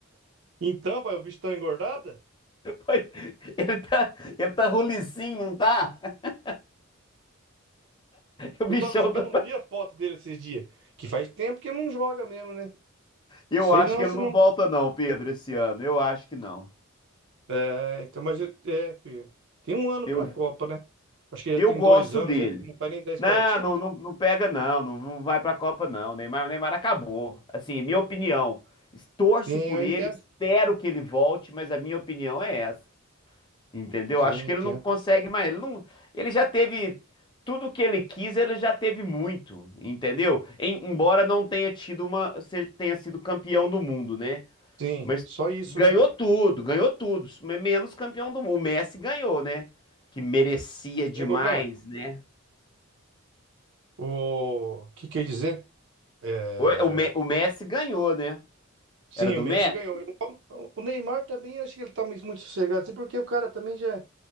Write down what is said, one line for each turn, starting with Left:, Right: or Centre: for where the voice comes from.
Right: Então, pai, o bicho tá engordada?
Left: Pois, <laughs> Ele tá, ele tá rulicim, não tá? <laughs> O bichão
Right: Eu falo pra você que
Left: tá...
Right: eu não vi a foto dele esses dias. Que faz tempo que não joga mesmo, né?
Left: Eu
Right: Sei
Left: acho
Right: não,
Left: que ele
Right: se
Left: não
Right: não.
Left: volta não, Pedro, esse ano. Eu acho que não.
Right: É, então, mas eu- é, filho, tem um ano
Left: Eu,
Right: pra Copa, né? Acho que já
Left: Eu
Right: tem
Left: gosto
Right: dois anos
Left: dele.
Right: aí que não faz nem dez
Left: Não,
Right: partidos.
Left: não, não, não pega, não, não, não vai pra Copa, não. Neymar, Neymar acabou. Assim, minha opinião. Torço
Right: Sim,
Left: por
Right: eu
Left: ele,
Right: entendo.
Left: espero que ele volte, mas a minha opinião é essa. Entendeu?
Right: Sim,
Left: Acho que
Right: entendo.
Left: ele não consegue mais. Ele, não, ele já teve tudo que ele quis, ele já teve muito, entendeu? Em- embora não tenha tido uma, se- tenha sido campeão do mundo, né?
Right: Sim,
Left: Mas
Right: só isso,
Left: ganhou
Right: né?
Left: tudo, ganhou tudo, mas menos campeão do mundo. O Messi ganhou, né? Que merecia demais,
Right: Chegou a ganhar.
Left: né?
Right: O que quer dizer? É,
Left: O, o Me- o Messi ganhou, né?
Right: Sim,
Left: Era do
Right: o Messi
Left: Messi?
Right: ganhou. Eu- o Neymar também, eu acho que ele tá muito muito sossegado, assim, porque o cara também já,